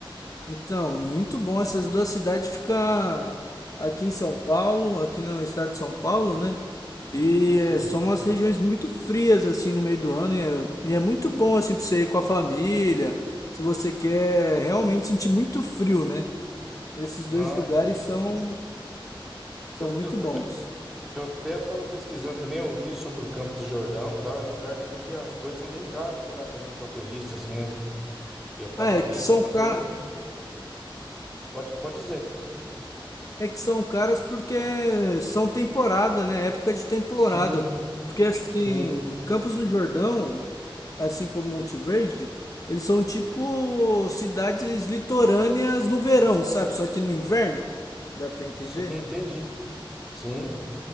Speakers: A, on the left; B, in the centre.
A: Então, muito bom essas duas cidades ficar aqui em São Paulo, aqui no estado de São Paulo, né? E
B: Sim.
A: é, são umas regiões muito frias assim no meio do ano e é, e é muito bom assim para você ir com a família, se você quer realmente sentir muito frio, né? Esses dois
B: Ah,
A: lugares
B: entendi.
A: são são
B: Eu,
A: muito
B: eu, ta-
A: bons.
B: eu até estava pesquisando também, eu vi sobre o Campo do Jordão, e tal. É um lugar também que as coisas são bem caras por lá também para turista, assim, né? E eu tava
A: Ah, é
B: vendo
A: que são
B: também.
A: caros.
B: Pode, pode dizer.
A: É que são caras porque são temporada, né? Época de temporada.
B: Sim,
A: Porque assim,
B: sim,
A: Campos do Jordão, assim como Monte Verde, eles são tipo cidades litorâneas no verão, sabe? Só que no inverno, dá pra entender?
B: sim, entendi. Sim.